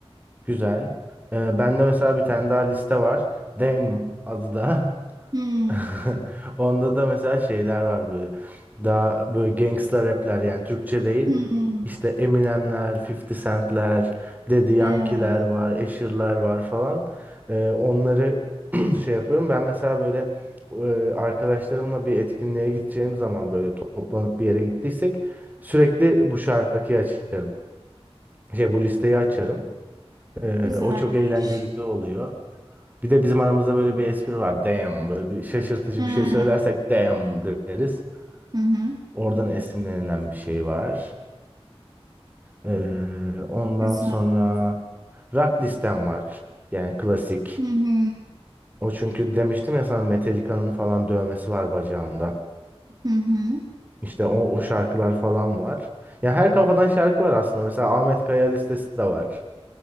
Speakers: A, on the right; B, on the right.
A: Güzel. Ee, bende mesela bir tane daha liste var. Dame adı da.
B: Hmm.
A: <laughs> Onda da mesela şeyler var böyle. Daha böyle gangsta rapler yani Türkçe değil.
B: Hmm,
A: İşte Eminemler, 50 Cent'ler, Daddy Yankee'ler
B: evet.
A: var, Asher'lar var falan. Ee, onları <clears throat> şey yapıyorum. Ben mesela böyle e, arkadaşlarımla bir etkinliğe gideceğim zaman böyle toplanıp bir yere gittiysek sürekli bu şarkıyı açarım. Şey bu listeyi açarım. Ee,
B: Güzelmiş.
A: o çok eğlenceli oluyor. Bir de bizim aramızda böyle bir espri var. Damn böyle bir şaşırtıcı
B: Ha,
A: bir şey söylersek damn deriz.
B: Hı hı.
A: Oradan esinlenilen bir şey var. Ee, ondan
B: Güzel.
A: sonra rock listem var. Yani klasik.
B: Hı hı.
A: O çünkü demiştim ya sana Metallica'nın falan dövmesi var bacağımda.
B: Hı hı.
A: İşte o, o şarkılar falan var. Ya her kafadan şarkı var aslında. Mesela Ahmet Kaya listesi de var.